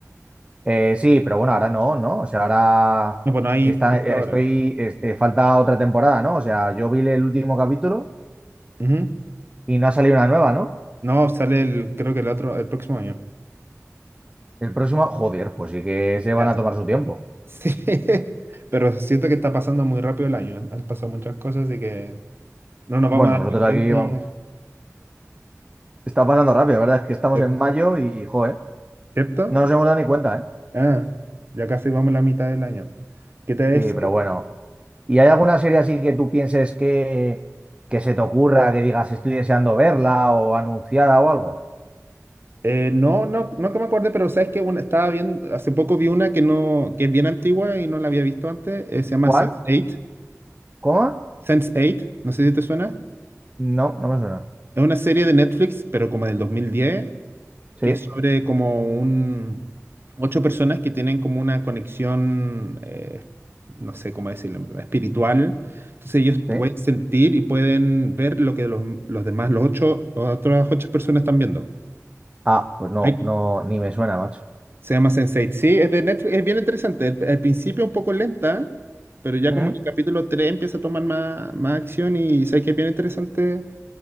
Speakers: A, on the right; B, on the right.
A: Eh, sí, pero bueno, ahora no, ¿no? O sea, ahora
B: No, pues no hay
A: está,
B: por
A: eh,
B: ahora.
A: estoy, este, falta otra temporada, ¿no? O sea, yo vi el último capítulo
B: Ujú.
A: y no ha salido una nueva, ¿no?
B: No, sale el, creo que el otro, el próximo año.
A: El próximo, joder, pues sí que se van
B: Ya,
A: a
B: sí.
A: tomar su tiempo.
B: Sí, <laughs> pero siento que está pasando muy rápido el año. Han pasado muchas cosas y que no nos
A: Bueno,
B: vamos a dar
A: nosotros
B: ni
A: aquí
B: cuenta
A: vamos.
B: y ya.
A: Está pasando rápido, la verdad es que estamos
B: ¿Cier-
A: en mayo y, joder,
B: ¿Cierto?
A: no nos hemos dado ni cuenta, ¿eh?
B: Ah, ya casi vamos a la mitad del año. ¿Qué te decía?
A: Sí, pero bueno. ¿Y hay alguna serie así que tú pienses que, que se te ocurra, que digas estoy deseando verla o anunciada o algo?
B: Eh, no, no, no que me acuerde, pero sabes que una, estaba viendo, hace poco vi una que no, que es bien antigua y no la había visto antes, eh, se llama
A: ¿Cuál?
B: sense eight.
A: ¿Cómo?
B: sense Eight, no sé si te suena.
A: No, no me suena.
B: Es una serie de Netflix, pero como del 2010,
A: Sí,
B: que es sobre como un... ocho personas que tienen como una conexión, eh, no sé cómo decirlo en verdad, espiritual. Entonces ellos
A: sí.
B: pueden sentir y pueden ver lo que los, los demás, los ocho, las otras ocho personas están viendo.
A: Ah, pues no,
B: Hay-
A: no, ni me suena, macho.
B: se llama sense Eight. Sí, es de Netflix, es bien interesante. El al principio un poco lenta, pero ya
A: ¿Mm?
B: como en el capítulo 3 empieza a tomar más, más acción y sé que es bien interesante